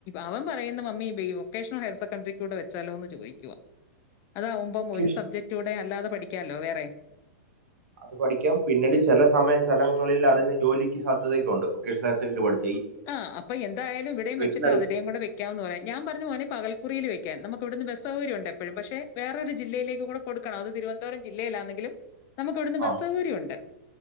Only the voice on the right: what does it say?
കിഷ്
അത് പഠിക്കാം പിന്നീട് ചെല സമയ സ്ഥങ്ങളില് അതിന് ജോലിക്ക് സാധ്യതയെക്കെ ഉണ്ട് വൊേഷണൽ ഹയർ സെക്കൻറി പഠി
വെറ്റിനറിക്ക്
ആ